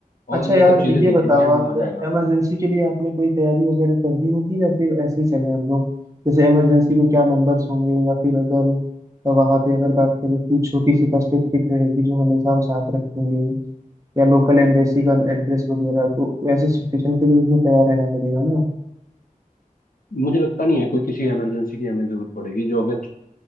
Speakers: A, on the left (about 75°); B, on the right (about 20°).
A: और
B: अच्छा
A: ये
B: यार
A: सब चीज़ें
B: ये
A: देखेंगे
B: बताओ
A: हमें
B: आप
A: मज़ा आएगा
B: इमरजेंसी के लिए आपने कोई तैयारी वगैरह कर दी होगी या फिर ऐसे ही चले हम लोग जैसे इमरजेंसी में क्या नंबर्स होंगे या फिर अगर वहाँ पे अगर बात करें कि छोटी सी फर्स्ट एड किट रहेगी जो हमेशा हम साथ रखेंगे या लोकल एम्बेसी का एड्रेस वगैरह तो वैसे सिचुएशन के लिए उसमें तैयार रहना पड़ेगा
A: मुझे लगता नहीं है कोई किसी इमरजेंसी की हमें जरूरत पड़ेगी जो अगर